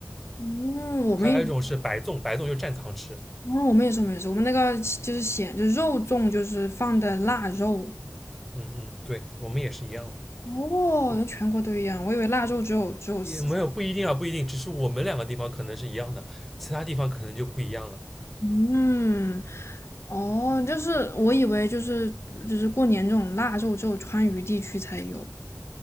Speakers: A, on the left; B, in the centre.
A: 嗯，我们也
B: 还有一种是白粽，白粽就蘸糖吃。
A: 哦，我们也是，我们也是，我们那个就是咸，就是肉粽，就是放的腊肉。
B: 嗯嗯，对，我们也是一样的，
A: 哦，原来全国都一样，我以为腊肉只有只有四川
B: 也没有不一定啊，不一定，只是我们两个地方可能是一样的，其他地方可能就不一样了。
A: 嗯，哦，就是我以为就是就是过年这种腊肉只有川渝地区才有。